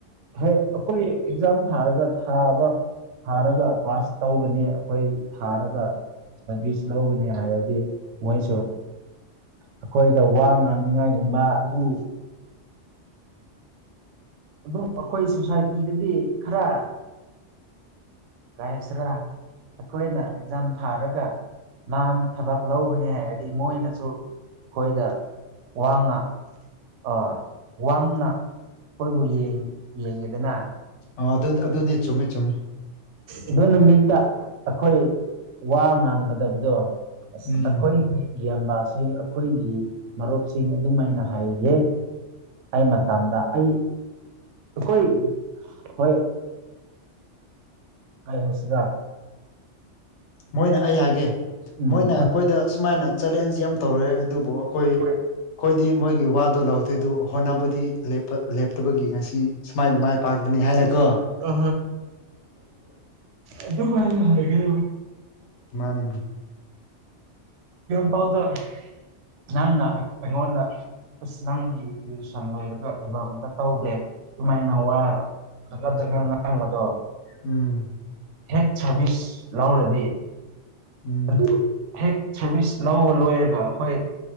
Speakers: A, on the right; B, on the left.
A: ꯍ ꯑꯩꯈꯣꯏ ꯑꯦꯛꯖꯥꯝ ꯊꯥꯔꯒ ꯊꯥꯕ ꯊꯥꯔꯒ ꯄꯥꯁ ꯇꯒꯅꯤ ꯑꯩꯈꯣꯏ ꯊꯥꯔꯒ ꯁꯔꯚꯤꯁ ꯂꯧꯕꯅꯤ ꯍꯥꯏꯔꯗꯤ ꯃꯣꯏꯁꯨ ꯑꯩꯈꯣꯏꯗ ꯋꯥ ꯉꯥꯡꯅꯤꯉꯥꯏꯒꯨꯝꯕ ꯑꯗꯨ ꯑꯗꯨꯝ ꯑꯩꯈꯣꯏ ꯁꯣꯁꯥꯏꯇꯤꯗꯗꯤ ꯈꯔ ꯀꯥꯏꯁ꯭ꯔꯥ ꯑꯩꯈꯣꯏꯅ ꯑꯦꯛꯖꯥꯝ ꯊꯥꯔꯒ ꯂꯥꯟ ꯊꯕꯛ ꯂꯧꯕꯅꯦ ꯍꯥꯏꯔꯗꯤ ꯃꯣꯏꯅꯁꯨ ꯑꯩꯈꯣꯏꯗ ꯋꯥ ꯉꯥ ꯑ ꯋꯥꯡꯅ ꯑꯩꯈꯣꯏꯕꯨ ꯌꯦꯡꯉꯤꯗꯅ
B: ꯑ ꯑꯗꯨ ꯑꯗꯨꯅꯤ ꯆꯨꯝꯃꯦ ꯆꯨꯝꯃꯦ
A: ꯑꯗꯨ ꯅꯨꯃꯤꯠꯇ ꯑꯩꯈꯣꯏ ꯋꯥ ꯉꯥꯡꯒꯗꯕꯗꯣ ꯑꯁ
B: ꯎꯝ
A: ꯑꯩꯈꯣꯏꯒꯤ ꯌꯥꯝꯕꯥꯁꯤꯡ ꯑꯩꯈꯣꯏꯒꯤ ꯃꯔꯨꯞꯁꯤꯡ ꯑꯗꯨꯃꯥꯏꯅ ꯍꯥꯏꯌꯦ ꯑꯩ ꯃꯇꯝꯗ ꯑꯩ ꯑꯩꯈꯣꯏ ꯍꯣꯏ ꯑꯩ ꯍꯁꯥ
B: ꯃꯣꯏꯅ ꯑꯩ ꯍꯥꯏꯒꯦ
A: ꯎꯝ
B: ꯃꯣꯏꯅ ꯑꯩꯈꯣꯏꯗ
A: ꯑ
B: ꯁꯨꯃꯥꯏꯅ ꯆꯦꯂꯦꯟꯖ ꯌꯥꯝ ꯇꯧꯔꯦ ꯑꯗꯨꯕꯨ ꯑꯩꯈꯣꯏ
A: ꯍꯣꯏ
B: ꯑꯩꯈꯣꯏꯗꯤ ꯃꯣꯏꯒꯤ ꯋꯥꯗꯣ ꯂꯧꯥꯎꯗꯦ ꯑꯗꯨ ꯍꯣꯠꯅꯕꯕꯨꯗꯤ ꯂꯦꯞꯇꯕꯒꯤ ꯉꯁꯤ ꯁꯨꯃꯥꯏꯅ ꯃꯥꯏ ꯄꯥꯛꯄꯅꯤ ꯍꯥꯏꯅꯒ
A: ꯑ ꯑꯗꯨ ꯀ ꯍꯥꯏꯒꯣ
B: ꯃꯥꯅꯦꯅꯦ
A: ꯐꯥꯎꯗ ꯅꯟꯅꯉꯣꯅ ꯑꯁ ꯅꯪꯗꯤ ꯇꯨꯁꯟ ꯂꯣꯏꯔꯒ ꯊꯕꯛ ꯑꯝꯇ ꯇꯧꯗꯦ ꯑꯗꯨꯃꯥꯏꯅ ꯋꯥ ꯖꯒꯥꯠ ꯖꯒꯥꯠ ꯅꯅꯥꯕꯗꯣ
B: ꯎꯝ
A: ꯍꯦꯛ ꯁꯥꯔꯚꯤꯁ ꯂꯧꯔꯗꯤ
B: ꯎꯝ
A: ꯑꯗꯨ ꯍꯦꯛ ꯁꯔꯚꯤꯁ ꯂꯧꯕ ꯂꯣꯏꯔꯒ ꯑꯩꯈꯣꯏ